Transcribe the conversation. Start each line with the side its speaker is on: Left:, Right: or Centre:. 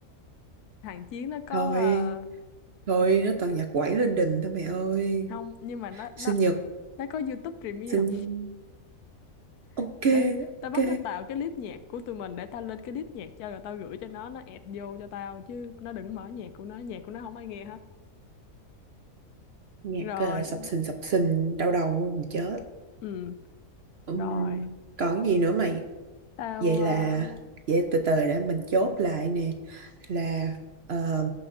Left: thằng Chiến nó có
Right: thôi
Left: ờ,
Right: thôi nó toàn nhạc quẩy lên đình thôi mày ơi
Left: không, nhưng mà nó nó
Right: sinh nhật
Left: nó có YouTube Premium.
Right: sinh
Left: <laughs>
Right: ok
Left: Đấy, tao
Right: ok
Left: bắt nó tạo cái list nhạc của tụi mình để tao lên cái list nhạc cho rồi tao gửi cho nó nó add vô cho tao chứ nó đừng mở nhạc của nó, nhạc của nó không ai nghe hết.
Right: nhạc
Left: Rồi,
Right: ờ, sập sình sập sình đau đầu mình chết
Left: ừ,
Right: Ừm,
Left: rồi,
Right: còn gì nữa mày
Left: tao
Right: vậy là
Left: ờ,
Right: vậy từ từ để mình chốt lại nè là ờ,